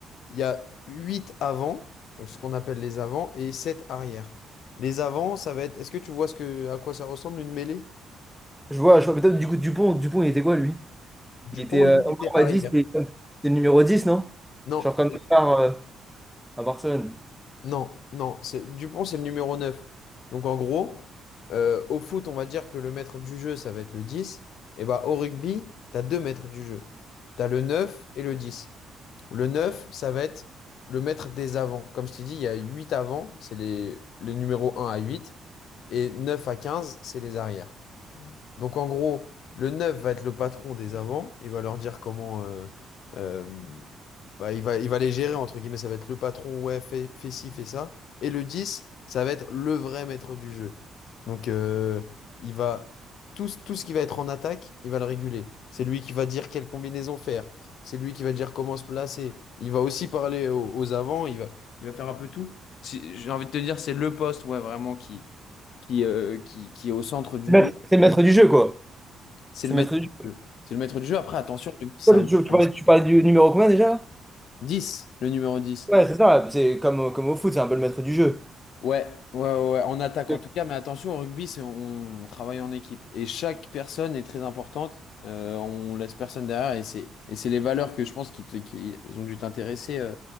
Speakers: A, on the left; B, in the centre.
A: Il y a 8 avants, donc ce qu'on appelle les avants, et 7 arrières. Les avants, ça va être... Est-ce que tu vois ce que, à quoi ça ressemble une mêlée?
B: je vois, je vois peut-être du coup Dupont, Dupont, il était quoi lui?
A: Dupont,
B: Il était. euh,
A: lui, il
B: Omar
A: était
B: on
A: arrière.
B: m'a dit, c'est c'est le numéro 10, non?
A: Non.
B: Genre comme Neymar euh, à Barcelone.
A: Non, non, c'est Dupont, c'est le numéro 9. Donc en gros, euh, au foot, on va dire que le maître du jeu, ça va être le 10. Et bah au rugby, t'as deux maîtres du jeu. T'as le 9 et le 10. Le 9 ça va être le maître des avants. Comme je t'ai dit, il y a 8 avants, c'est les, les numéros un à huit Et 9 à 15 c'est les arrières. Donc en gros, le neuf va être le patron des avants. Il va leur dire comment. euh, euh, bah, il va, il va les gérer, entre guillemets. Ça va être le patron, ouais, fais, fais ci, fais ça. Et le 10, ça va être le vrai maître du jeu. Donc euh, il va. Tout, ce- tout ce qui va être en attaque, il va le réguler. C'est lui qui va dire quelle combinaison faire. C'est lui qui va dire comment se placer. Il va aussi parler aux, aux avants. Il va, il va faire un peu tout. C'est- J'ai envie de te dire, c'est le poste, ouais, vraiment qui, qui, euh, qui, qui est au centre du
B: Le maître-
A: jeu.
B: C'est le maître du jeu, quoi.
A: C'est
B: C'est
A: le maître
B: le maître du
A: du jeu. C'est le maître du jeu. Après, attention, le rugby, c'est un,
B: jeu. Tu
A: un-
B: parlais, tu parlais du numéro combien déjà?
A: 10, le numéro 10.
B: Ouais, c'est ça. C'est comme, au- comme au foot, c'est un peu le maître du jeu.
A: Ouais, ouais, ouais, ouais, en attaque
B: C'est
A: en tout cas, mais attention, au rugby, c'est, on, on travaille en équipe. Et chaque personne est très importante. Euh, on laisse personne derrière et c'est, et c'est les valeurs que je pense qui, te- qui ont dû t'intéresser. euh,